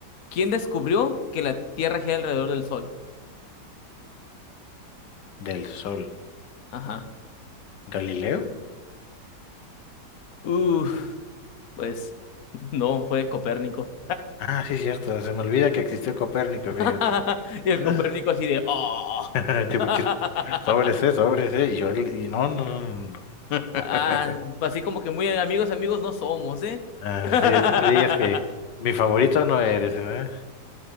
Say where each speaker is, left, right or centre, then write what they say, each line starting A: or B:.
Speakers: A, on the left; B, on the left.
A: ¿Quién descubrió que la Tierra gira alrededor del Sol?
B: Del Sol.
A: Ajá.
B: ¿Galileo?
A: Uf, pues <laughs> no, fue Copérnico.
B: Ah, sí, cierto. Se me olvida que existió Copérnico,
A: <laughs>
B: fíjate.
A: Y el Copérnico
B: Ah,
A: así de, oh.
B: <laughs>
A: <laughs>
B: Qué pinches- Sobres, eh, sobres, eh. Y yo, y no, no, no, no. no. <laughs>
A: Ah, pues así como que muy amigos, amigos no somos, ¿eh?
B: Ah,
A: <laughs>
B: sí, así que digas que mi favorito no eres, ¿verdad?